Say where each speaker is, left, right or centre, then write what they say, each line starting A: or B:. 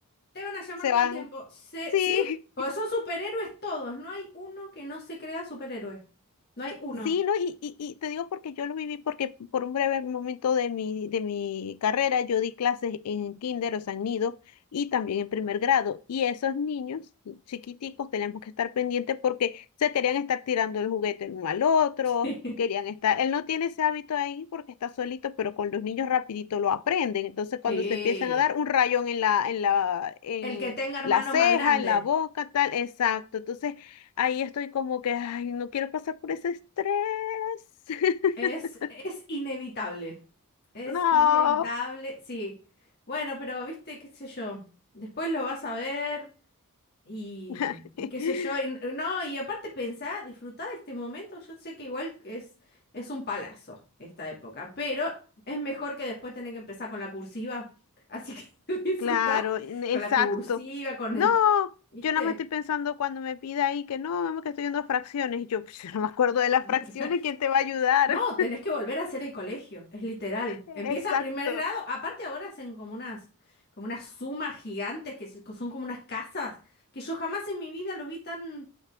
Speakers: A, on the left (about 45°); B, on the left (about 80°).
A: Te van a llamar
B: se
A: todo
B: van,
A: el tiempo. Se-
B: sí,
A: sí, porque son superhéroes todos. No hay uno que no se crea superhéroe. No hay uno.
B: Sí, no, y, y, y te digo porque yo lo viví porque por un breve momento de mi, de mi carrera yo di clases en kinder, o sea, en nido, y también en primer grado. Y esos niños chiquiticos tenemos que estar pendientes porque se querían estar tirando el juguete el uno al otro,
A: <laughs>
B: querían estar, él no tiene ese hábito ahí porque está solito, pero con los niños rapidito lo aprenden. Entonces
A: Sí.
B: cuando se empiezan a dar un rayón en la, en la, en
A: El que tenga hermano
B: la ceja,
A: más grande.
B: en la boca, tal, exacto. Entonces Ahí estoy como que, ay, no quiero pasar por ese estrés. <laughs>
A: Es, es inevitable. Es
B: No.
A: inevitable, sí. Bueno, pero viste, qué sé yo. Después lo vas a ver y,
B: <laughs>
A: y qué sé yo. y n- no, y aparte pensá, disfrutá de este momento. Yo sé que igual es, es un palazo esta época, pero es mejor que después tener que empezar con la cursiva. Así que <laughs> disfrutá
B: Claro, en- exacto.
A: con la cursiva, con
B: No,
A: el- ¿viste?
B: yo nada más estoy pensando cuando me pida ahí que no, mamá, que estoy en dos fracciones. Y Yo, <laughs> pues, yo no me acuerdo de
A: <laughs>
B: las fracciones, ¿quién te va a ayudar?
A: No, tenés que volver a hacer el colegio, es literal.
B: <laughs>
A: Empieza
B: Exacto.
A: primer grado, aparte ahora hacen como unas, como unas sumas gigantes que se- que son como unas casas, que yo jamás en mi vida lo vi tan,